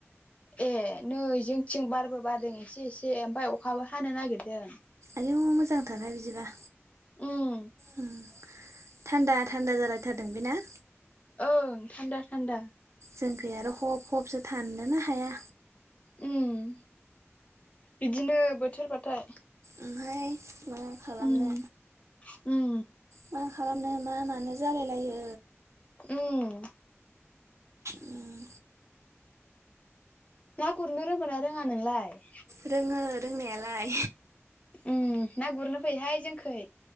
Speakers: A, on the left; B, on the right.
A: ए नै जोंथिं बारबो बादों एसे एसे ओमफाय अखाबो हानो नागेरदों
B: आयौ मोजांथारहाय बिदिबा
A: उम
B: उम थान्दा - थान्दा जालायथारदों बे ना
A: ओं थान्दा - थान्दा
B: जोंखै आरो हब हबसो थाननोनो हाया
A: हम बिदिनो बोथोरबाथाय
B: ओमफ्राय मा खालामनो
A: उम उम
B: मा खालामनो मा मानो जालायलायो
A: उम
B: उम
A: ना गुरनो रोंगोन ना रोङा नोंलाय
B: रोङो रोंनायालाय
A: उम ना गुरनो फैहाय जोंखै